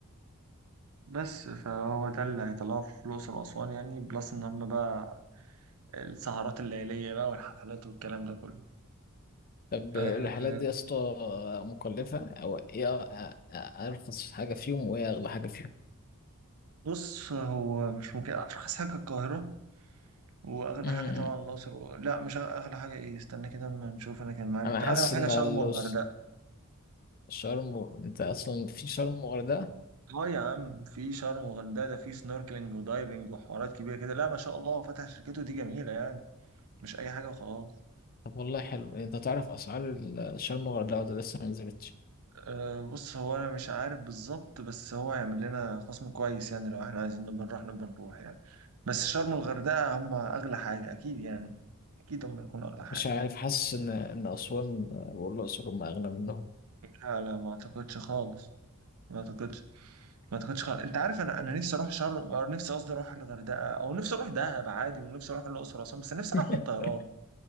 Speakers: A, on the right (about 75°); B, on the left (about 40°).
A: بس فهو ده اللي هيطلعه في الأقصر وأسوان يعني بلس إن هم بقى السهرات الليلية بقى والحفلات والكلام ده كله
B: طب
A: أه
B: الرحلات دي يا اسطى مكلفه او ايه أ- أ- ارخص حاجه فيهم وايه اغلى حاجه فيهم
A: بص هو مش ممكن أرخص حاجة القاهرة واغلى
B: امم
A: حاجه طبعا الاقصر و... لا مش أغ- اغلى حاجه ايه استنى كده اما نشوف انا كان معايا اللي-
B: انا حاسس
A: اغلى حاجه
B: ان
A: شرم
B: الأس-
A: والغردقه
B: شرم و- انت اصلا في شرم وغردقه
A: اه يا عم في شرم والغردقه ده في سنوركلينج ودايفنج وحوارات كبيره كده لا ما شاء الله هو فتح شركته دي جميله يعني مش اي حاجه وخلاص
B: طب والله حلو انت تعرف اسعار ال- شرم وغردقه ولا لسه ما نزلتش
A: أه بص هو انا مش عارف بالظبط بس هو هيعمل لنا خصم كويس يعني لو احنا عايزين نبقى نروح نبقى نروح يعني بس شرم والغردقه هم اغلى حاجه اكيد يعني اكيد هم يكونوا اغلى حاجه
B: مش عارف حاسس ان ان اسوان والاقصر هم اغلى منهم
A: لا لا ما اعتقدش خالص ما اعتقدش ما اعتقدش خالص انت عارف انا انا نفسي اروح شرم أو نفسي قصدي اروح الغردقه او نفسي اروح دهب عادي ونفسي اروح الاقصر واسوان بس نفسي
B: <laughs>
A: اروح طيران